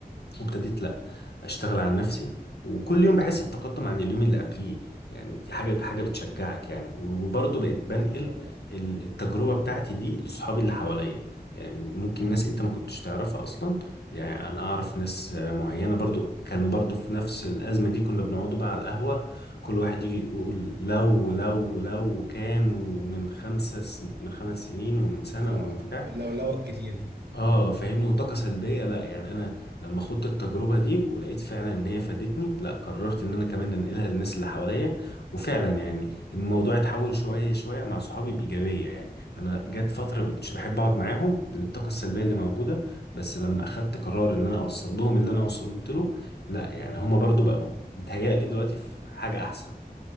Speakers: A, on the left; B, on the right.
A: وابتديت لا اشتغل على نفسي وكل يوم بحس بتقدم عن اليوم اللي قبليه يعني دي حاجه حاجه بتشجعك يعني وبرضه بقيت بنقل
B: ان شاء الله
A: ال- التجربه بتاعتي دي لاصحابي اللي حواليا يعني ممكن
B: امم
A: ناس انت ما كنتش تعرفها اصلا يعني انا اعرف ناس آه، معينه برضو كانوا برضو في نفس الازمه دي كنا بنقعدوا بقى على القهوه كل واحد يجي يقول لو لو لو كانوا من خمسة سن... من خمس سنين ومن سنة
B: اه
A: ومن بتاع
B: اللولوه الكتير دي
A: اه فاهمني وطاقة سلبية لا يعني انا لما خدت التجربة دي ولقيت فعلا ان هي فادتني لا قررت ان انا كمان انقلها للناس اللي حواليا وفعلا يعني الموضوع اتحول شوية شوية مع صحابي بإيجابية يعني انا جت فترة
B: إمم.
A: مبقتش بحب اقعد معاهم للطاقة السلبية اللي موجودة بس لما اخدت قرار ان انا اوصل لهم اللي انا وصلت له لا يعني هما برضو بقوا بيتهيألي دلوقتي في حاجة احسن